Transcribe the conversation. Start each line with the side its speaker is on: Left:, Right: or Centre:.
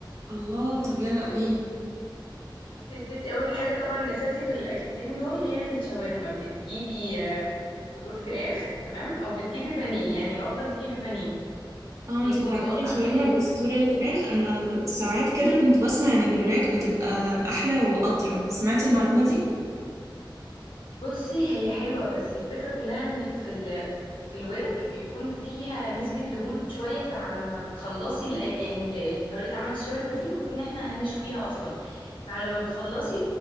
Right: الله طب يلا قوليلي
Left: بصي يا ستي اول حاجة طبعا الاساسي في الاكلتين دول هي الشاورما بتجيبي آه، صدور فراخ تمام او بتجيبي بانيه يعني الافضل تجيبي بانيه
Right: اه
Left: بيكون
Right: انتي بتعملي
Left: متقطع
Right: الشاورما
Left: جاهز
Right: بصدور الفراخ انا ساعات كده كنت بسمع ان بالوراك بتبقى احلى واطرى سمعتي المعلومة دي
Left: بصي هي حلوة بس الفكرة كلها ان في ال في الورك بيكون فيها نسبة دهون شوية فعلى ما بتخلصي ال- يعني ال- طريقة عمل الشاورما دي المفروض ان احنا هنشويها اصلا فعلى ما بتخلصي